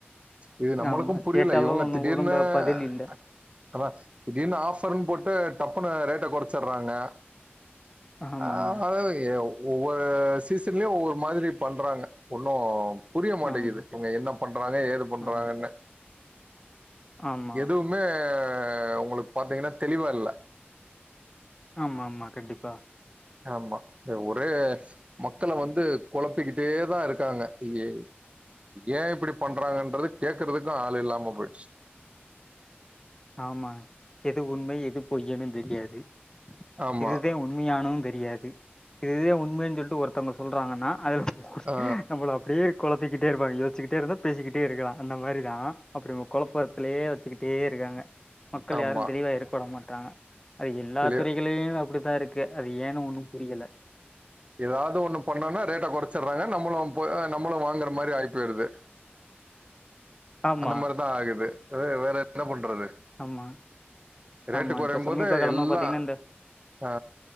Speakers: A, on the right; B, on the left.
A: இது நம்மளுக்கும்
B: ஆமா
A: புரியல
B: கேட்டாலும்
A: இவுங்க
B: ஒன்றும்
A: திடீர்னு
B: ஒழுங்கா பதில் இல்லை
A: அ அத திடீர்னு ஆஃபர்னு போட்டு டப்புன்னு ரேட்ட கொறச்சுட்றாங்க
B: ஆமாங்க
A: ஆ க எ உ ஒவ்வொரு சீசன்லையு ஒவ்வொரு மாதிரி பண்றாங்க ஒன்னு புரிய மாட்டிங்குது
B: ஆமா
A: இவுங்க என்ன பண்றாங்க ஏது பண்றாங்கன்னு
B: ஆமா ஆமா
A: எதுவுமே உங்களுக்கு பாத்தீங்கனா தெளிவா இல்ல
B: ஆமா ஆமா கண்டிப்பாக
A: ஆமா ஒரே மக்கள வந்து கொலப்பிக்கிட்டே தா இருக்காங்க இங்கே ஏ இப்டி பண்றாங்கன்றது கேக்குறதுக்கு ஆள் இல்லாம போயிடுச்சு
B: ஆமா எது உண்மை எது பொய்யுனு தெரியாது
A: ஆமா
B: இதுதே உண் மியானு தெரியாது இதுதே உண்ம சொல்டு ஒருத்தவங்க சொல்றாங்கனா அது
A: ஆ
B: நம்மல அப்டியே கொழுத்திக்கிட்டே இருப்பாங்க யோசிச்சுகிட்டே இருந்தா பேசிக்கிட்டே இருக்கா அந்த மாரி தா அப்டி கொழப்பத்லேயே வச்சுக்கிட்டே இருக்காங்க மக்கள்
A: ஆமா
B: யாரு தெளிவா இருக்க விட மாட்றாங்க அது எல்லா
A: தெளி
B: துறைகளிளு அப்டிதா இருக்கு அது ஏன்னு ஒன்னும் புரியல
A: ஏதாவது ஒண்ணு பண்ணோனா ரேட்ட கொறச்சிடுறாங்க நம்மளு போ நம்மளு வாங்குற மாரி ஆயி போயிருது
B: ஆமா
A: அந்த மாரிதா ஆகுது வே வேற என்ன பண்றது
B: ஆமா
A: ரேட்டு
B: ஆமா
A: குறையும்
B: இப்ப சமீப
A: போது
B: காலமா
A: எல்லா
B: பாத்தீங்கன்னா இந்த
A: ஆ